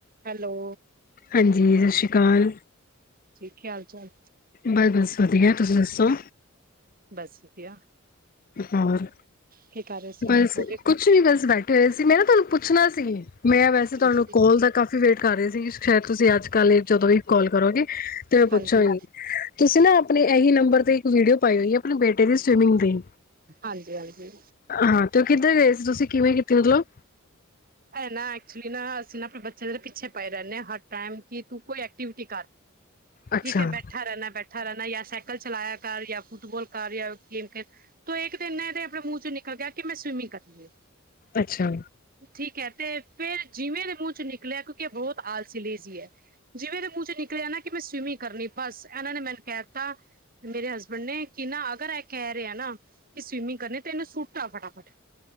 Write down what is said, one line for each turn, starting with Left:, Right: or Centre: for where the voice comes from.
Right: Hello
Left: ਹਾਂਜੀ ਸਤਿ ਸ਼੍ਰੀ ਅਕਾਲ।
Right: ਕਿ ਹਾਲ ਚਾਲ।
Left: ਬਸ ਬਸ ਵਧੀਆ ਤੁਸੀਂ ਦੱਸੋ
Right: ਬਸ ਵਧੀਆ
Left: ਹੋਰ
Right: ਕੀ ਕਰ ਰਹੇ ਸੀ,
Left: ਬਸ
Right: ਹੋ ਗਏ
Left: ਕੁਛ ਵੀ ਬਸ ਬੈਠੇ ਹੋਏ ਸੀ, ਮੈਂ ਨਾ ਤੁਹਾਨੂੰ ਪੁੱਛਣਾ ਸੀ ਤੇ ਮੈਂ ਵੈਸੇ
Right: ਹਾਂਜੀ,
Left: ਤੁਹਾਨੂੰ ਕੋਲ ਦਾ ਕਾਫੀ ਵੇਟ ਕਰ ਰਹੀ ਸੀ। ਜ ਸ਼ਾਇਦ ਤੁਸੀਂ ਅੱਜ ਕੱਲ੍ਹ ਜਦੋਂ ਵੀ ਕਾਲ ਕਰੋਗੇ, ਤੇ ਉਹ ਪੁੱਛੋਗੀ
Right: ਹਾਂਜੀ, ਹਾਂਜੀ।
Left: ਤੁਸੀਂ ਨਾ ਆਪਣੇ ਇਹੀ ਨੰਬਰ ਤੇ ਇੱਕ ਵੀਡੀਓ ਪਾਇਓ ਜੀ ਆਪਣੇ ਬੇਟੇ ਦੀ ਸਵਿਮਿੰਗ ਦੀ
Right: ਹਾਂਜੀ ਹਾਂਜੀ
Left: ਹਾਂ, ਤੇ ਉਹ ਕਿੱਧਰ ਗਏ ਸੀ, ਤੁਸੀਂ ਕਿਵੇਂ ਕੀਤੀ ਮਤਲਬ
Right: ਇਹ ਨਾ ਐਕਚੁਲੀ ਨਾ ਅਸੀਂ ਨਾ ਆਪਣੇ ਬੱਚਿਆ ਦੇ ਪਿੱਛੇ ਪਏ ਰਹਿੰਦੇ ਹ ਹਰ ਟਾਈਮ, ਕਿ ਤੂੰ ਕੋਈ ਐਕਟੀਵਿਟੀ ਕਰ।
Left: ਅੱਛਾ,
Right: ਠੀਕ ਹੈ ਬੈਠਾ ਰਹਿਣਾ, ਬੈਠਾ ਰਹਿਣਾ ਯ ਸਾਈਕਲ ਚਲਾਇਆ ਕਰ ਜਾਂ, ਫੁੱਟਬਾਲ ਕਰ ਜਾਂ, ਗੇਮ ਖੇਡ ਤੋ ਇੱਕ ਦਿਨ ਏਹਦੇ ਆਪਣੇ ਮੂੰਹ ਚੋਂ ਨਿਕਲ ਗਿਆ ਕਿ ਮੈਂ ਸਵੀਮਿੰਗ ਕਰਨੀ ਹੈ।
Left: ਅੱਛਾ
Right: ਠੀਕ ਹੈ ਤੇ ਫਿਰ ਜਿਵੇਂ ਦੇ ਮੂੰਹ ਚ ਨਿਕਲਿਆ ਕਿਉਂਕਿ ਇਹ ਬਹੁਤ ਆਲਸੀ ਲਿਜ਼ੀ ਹੈ। ਜਿਵੇਂ ਏਹਦੇ ਮੂੰਹ ਚ ਨਿਕਲਿਆ ਨਾ ਕਿ ਮੈਂ ਸਵੀਮਿੰਗ ਕਰਨੀ ਹੈ ਬਸ ਇਹਨਾਂ ਨੇ ਮੈਨੂੰ ਕਹਿ ਦਿੱਤਾ, ਮੇਰੇ ਹਸਬੈਂਡ ਨੇ ਕਿ ਨਾ ਅਗਰ ਇਹ ਕਹਿ ਰਿਹਾ ਨਾ ਕਿ ਸਵੀਮਿੰਗ ਕਰਨੀ ਤੇ ਇਹਨੂੰ ਸੁੂੱਟਾ ਫਟਾਫਟ।